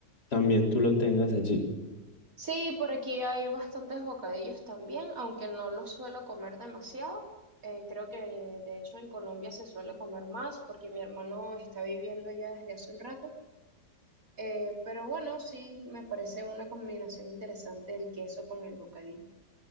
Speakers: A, on the left; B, on the right.
A: también tú lo tengas allí.
B: Sí, por aquí hay bastantes bocadillos también, aunque no los suelo comer demasiado. Eh, creo que de hecho en Colombia se suele comer más porque mi hermano está viviendo allá desde hace un rato. Eh, pero bueno, sí, me parece una combinación interesante el queso con el bocadillo.